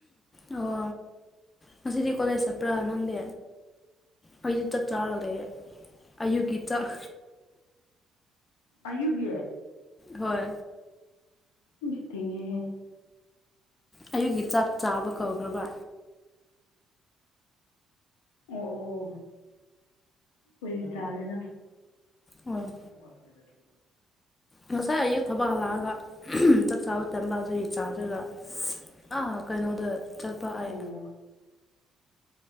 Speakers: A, on the left; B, on the left.
A: ꯑꯣ ꯉꯁꯤꯗꯤ ꯀꯣꯂꯦꯖ ꯆꯠꯄ꯭ꯔꯥ ꯅꯪꯗꯤ ꯑꯩꯗꯤ ꯆꯥꯛ ꯆꯥꯔꯂ ꯑꯌꯨꯛꯀꯤ ꯆꯥꯛ
B: ꯑꯌꯨꯒꯤ
A: ꯍꯣꯏ
B: ꯏꯁ ꯊꯦꯡꯉꯦ ꯍꯦ
A: ꯑꯌꯨꯛꯒꯤ ꯆꯥꯛ ꯆꯥꯕ ꯀꯧꯈ꯭ꯔꯕ꯭ꯔꯥ
B: ꯑꯣ ꯑꯣ ꯑꯣ ꯑꯣ ꯍꯨꯏ ꯇꯥꯔꯦꯗ
A: ꯎꯝ
B: <unintelligible>
A: ꯉꯁꯥꯏ ꯑꯌꯨꯛ ꯊꯕꯛ ꯍꯜꯂꯛꯑꯒ ꯆꯥꯛ ꯆꯥꯕ ꯇꯟꯝꯕ ꯑꯗꯨꯒꯤ ꯆꯥꯗꯨꯒ ꯑꯥ ꯀꯩꯅꯣꯗ ꯆꯠꯄ ꯍꯥꯏ
B: ꯑꯣ